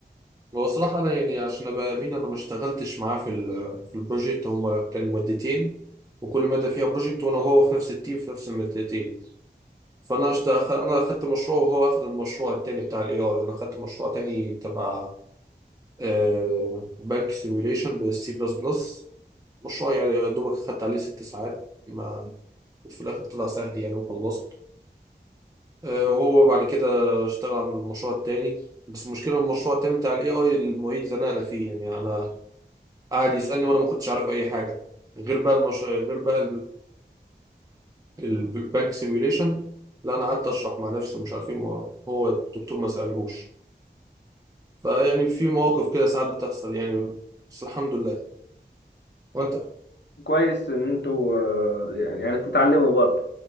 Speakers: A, on the right; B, on the left.
A: هو صراحة انا يعني عشان ابقى امين انا ما اشتغلتش معاه في ال في البروجكت هما كان مادتين وكل مادة فيها بروجكت وانا وهو في نفس التيم في نفس المادتين فانا اشت... انا اخدت مشروع وهو اخد المشروع التاني بتاع الاي اي انا اخدت مشروع تاني تبع آه، بنك سيميوليشن بالسي بلس بلس مشروع يعني يا دوبك اخدت عليه ست ساعات ما وفي الاخر طلع سهل يعني وخلصت آه، وهو بعد كده اشتغل على المشروع التاني بس المشكله إن المشروع التاني بتاع الاي اي المعيد زنقنا فيه يعني انا قعد يسالني وانا ما كنتش عارف اي حاجه غير بقى المش... غير بقى البانك سيميوليشن لا انا قعدت اشرح مع نفسي ومش عارف ايه ما- هو الدكتور ما سالهوش فيعني في مواقف كده ساعات بتحصل يعني بس الحمد لله وانت
B: كويس ان انتوا آه، يعني بتتعلموا برضه